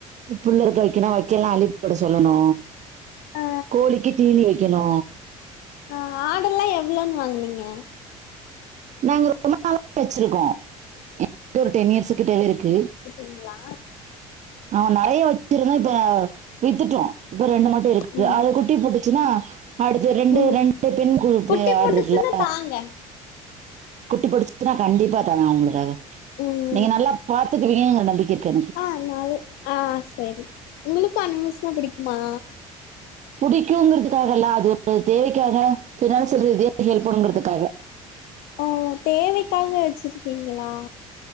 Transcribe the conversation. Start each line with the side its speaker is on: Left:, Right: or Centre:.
Right: புல்லருக்க வைக்கனு வைக்கலா அள்ளி போட சொல்லணு
Left: ஆ
Right: கோழிக்கு தீனி வைக் கெனு
Left: ஆ ஆடெல்லா எவ்ளோன் வாங்னீங்க
Right: நாங்க ரொம்ப நாளா வச்சிருக்கோ <inaudible> ஒரு டென் இயர்ஸ்க்கிட்டவே இருக்கு
Left: இதுங்ளா
Right: ஆமா நெறைய வச்சிருந்தோ இப்ப வித்துட்டோ இப்ப ரெண்டு மட்டு இருக்கு
Left: ம்
Right: அத குட்டி போட்டு ச்சுனா அடுத்து ரெண்டு
Left: ம்
Right: ரெண்டு பெண் குறுப்பே
Left: குட்டி
Right: ஆடுருக்குல
Left: போட்டுச்சுன்னா தாங்க
Right: குட்டி போட்டுச்சுனா கண்டிப்பா தாரேன் உங்ளுக் அத
Left: ம்
Right: நீங்க நல்லா பாத்துக்குவீங்கங்ற நம்பிக்க இருக்கு எனக்கு
Left: நல்லாவே ஆ சேரி உங்குளுக்கு அனிமல்ஸ்னா பிடிக்குமா
Right: புடிக்குங்கிறதுக்காகல அது ஒரு தேவைக்காக பினான்சியல் ரீதியா ஹெல்ப் பண்ணுங்கறதுக்காக
Left: ஓ தேவைக்காக வச்சிருக்கீங்களா